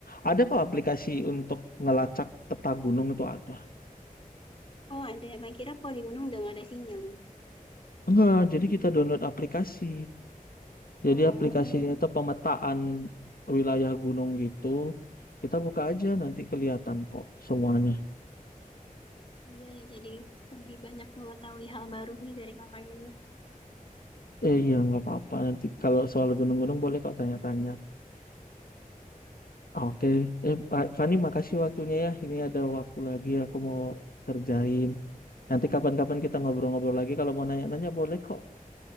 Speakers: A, on the left; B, on the left.
A: Ada kok aplikasi untuk ngelacak peta gunung itu ada.
B: Oh, ada. Makanya kira kalau di gunung udah nggak ada sinyal gitu.
A: Enggak, jadi kita download aplikasi.
B: Hmm,
A: Jadi aplikasinya itu pemetaan wilayah gunung gitu. Kita buka aja nanti kelihatan kok semuanya.
B: iya ya. Jadi lebih banyak mengetahui hal baru nih dari kakaknya.
A: Eh iya nggak apa-apa nanti kalau soal gunung-gunung boleh kok tanya-tanya. Ah, Oke, eh Pak Fani makasih waktunya ya. Ini ada waktu lagi aku mau kerjain. Nanti kapan-kapan kita ngobrol-ngobrol lagi. Kalau mau nanya-nanya boleh kok